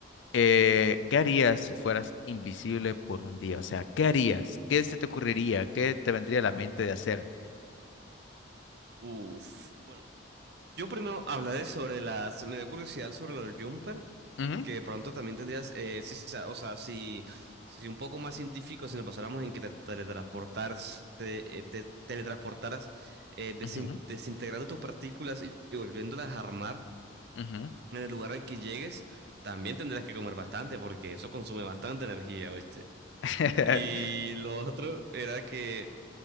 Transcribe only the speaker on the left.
Eh, ¿qué harías si fueras invisible por un día? O sea, ¿qué harías? ¿Qué se te ocurriría? ¿Qué te vendría a la mente de hacer?
Ujú,
ujú,
ujú,
<laughs>